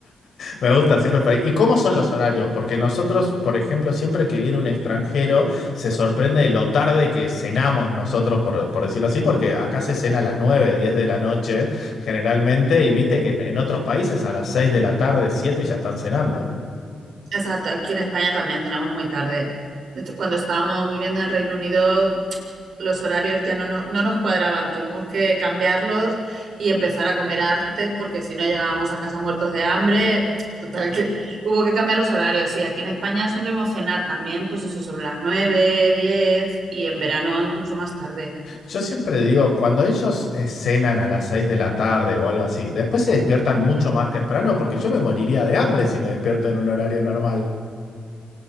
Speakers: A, on the left; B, on the right.
A: Me gusta, siempre por ahí. ¿Y cómo son los horarios? Porque nosotros, por ejemplo, siempre que viene un extranjero, se sorprende de lo tarde que cenamos nosotros, por, por decirlo así, porque acá se cena a las 9, 10 de la noche, generalmente, y viste que en, en otros países a las 6 de la tarde, 7 ya están cenando.
B: Exacto, aquí en España también cenamos muy tarde. De hecho, cuando estábamos viviendo en Reino Unido, los horarios ya no, nos- no nos cuadraban, tuvimos que cambiarlos y empezar a comer antes porque si no llegábamos a casa muertos de hambre. Total, que <laughs> hubo que cambiar los horarios. Sí, aquí en España solemos cenar también, pues eso, sobre las 9, 10 y en verano incluso más tarde.
A: Yo siempre digo, cuando ellos eh, cenan a las 6 de la tarde o algo así, después se despiertan mucho más temprano, porque yo me moriría de hambre si me despierto en un horario normal.